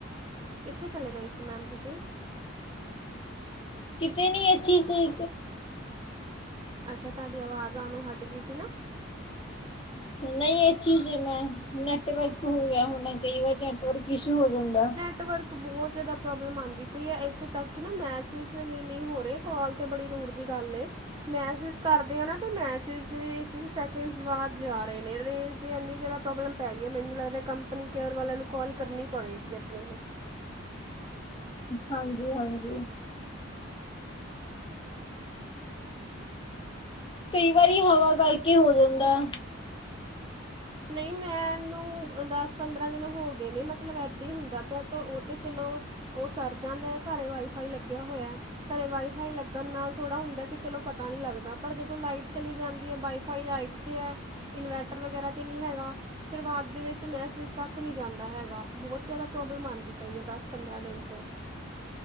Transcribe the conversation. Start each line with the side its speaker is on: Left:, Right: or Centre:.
Right: ਕਿੱਥੇ ਚਲੇ ਗਏ ਸੀ ਮੈਮ ਤੁਸੀਂ
Left: ਕਿਤੇ ਨੀ ਐਥੇ ਸੀ।
Right: ਅੱਛਾ ਤੁਹਾਡੀ ਆਵਾਜ਼ ਆਨ ਨੂੰ ਹਟ ਗਈ ਸੀ ਨਾ।
Left: ਨਈ ਇਥੇ ਸੀ ਮੈਂ ਨੈਟਵਰਕ ਹੋ ਗਿਆ ਹੋਣਾ ਕਈ ਵਾਰ ਨੈ ਵਰਕ ਇਸ਼ੂ ਹੋ ਜਾਂਦਾ।
Right: ਨੈੱਟਵਰਕ ਬੋਤ ਜਾਦਾ ਪ੍ਰੋਬਲਮ ਆਂਦੀ ਪਈ ਹੈ ਇੱਥੋਂ ਤੱਕ ਨਾ ਮੈਸਜ ਵੀ ਨਈ ਹੋ ਰਏ। ਕਾਲ ਤੇ ਬੜੀ ਦੂਰ ਦੀ ਗੱਲ ਏ। ਮੈਸਜ ਕਰਦੇ ਆ ਨਾ ਤੇ ਮੈਸੇਜ ਵੀ ਇੱਕ-ਇਕ ਸੈਕਿੰਡਸ ਬਾਦ ਜਾ ਰਏ ਨੇ ਰੇਂ ਤੇ ਇੰਨੀ ਜਾਦਾ ਪ੍ਰੋਬਲਮ ਪੈ ਗਈ ਏ ਮੈਨੂੰ ਲੱਗਦਾ ਕੰਪਨੀ ਕੇਅਰ ਵਾਲਿਆਂ ਨੂੰ ਕਾਲ ਕਰਨੀ ਪਵੇਗੀ ਅੱਜ ਮੈਨੂੰ
Left: ਹਾਂਜੀ-ਹਾਂਜੀ ਕਈ ਵਾਰੀ ਹਵਾ ਕਰਕੇ ਹੋ ਜਾਂਦਾ ਐ।
Right: ਨਈ ਮੈਂ ਇਹਨੂੰ ਦਸ ਪੰਦਰਾਂ ਦਿਨ ਹੋ ਗਏ ਨੇ ਮਤਲਬ ਏਦਾਂ ਹੀ ਹੁੰਦਾ ਪਿਆ ਤਾਂ ਓ ਤੇ ਚਲੋ। ਓ ਸਰ ਜਾਂਦਾ ਏ ਘਰੇ ਵਾਈਫਾਈ ਲੱਗਿਆ ਹੋਇਆ। ਘਰੇ ਵਾਈਫਾਈ ਲੱਗਣ ਨਾਲ ਥੋੜ੍ਹਾ ਹੁੰਦਾ ਕਿ ਚਲੋ ਪਤਾ ਨਈ ਲੱਗਦਾ ਪਰ ਜਦੋਂ ਲਾਈਟ ਚਲੀ ਜਾਂਦੀ ਏ ਵਾਈਫਾਈ ਲਾਈਟ ਏ ਇਨਵਰਟਰ ਵਗੈਰਾ ਤੇ ਨਈ ਹੈਗਾ। ਫੇਰ ਬਾਦ ਦੇ ਵਿੱਚ ਮੈਸੇਜ ਤੱਕ ਨਈ ਜਾਂਦਾ ਹੈਗਾ ਬੋਤ ਜਾਦਾ ਪ੍ਰੋਬਲਮ ਆਂਦੀ ਪਈ ਹੈ ਦਸ ਪੰਦਰਾਂ ਦਿਨ ਤੋਂ